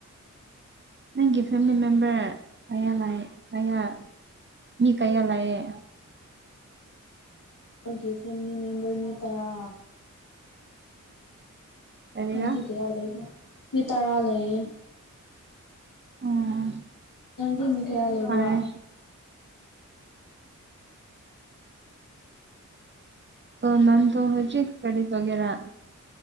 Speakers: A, on the right; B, on the left.
A: ꯅꯪꯒꯤ ꯐꯦꯃꯤꯂꯤ ꯃꯦꯝꯕꯔ ꯀꯌꯥ ꯂꯩ ꯀꯌꯥ꯫ ꯃꯤ ꯀꯌꯥ ꯂꯩꯌꯦ꯫
B: ꯑꯣꯒꯤꯁꯤ ꯃꯤ ꯃꯦꯝꯕꯔ ꯃꯤ ꯇꯔꯥ꯫
A: ꯀꯔꯤꯔꯥ
B: ꯅꯪꯗꯤ ꯀꯌꯥ ꯂꯩꯕ ꯃꯤ ꯇꯔꯥ ꯂꯩꯌꯦ꯫
A: ꯎꯝ꯫
B: ꯅꯪꯗꯤ ꯃꯤ ꯀꯌꯥ ꯂꯩꯕ꯭ꯔꯥ꯫
A: ꯐꯔꯦ ꯑꫭ ꯅꯟꯗꯣ ꯍꯧꯖꯤꯠ ꯀꯔꯤ ꯗꯧꯒꯦꯔꯥ꯫